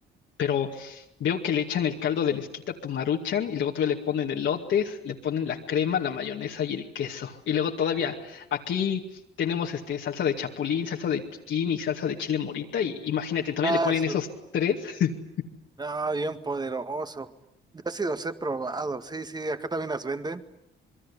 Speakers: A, on the left; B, on the right.
A: pero veo que le echan el caldo de lesquita a tu Maruchan y luego todavía le ponen elotes, le ponen la crema, la mayonesa y el queso. Y luego todavía aquí tenemos este salsa de chapulín, salsa de piquín y salsa de chile morita y imagínate, todavía
B: Ah,
A: le ponen
B: su.
A: esos tres. <laughs>
B: No, bien poderoso. Yo sí los he probado, sí, sí, acá también las venden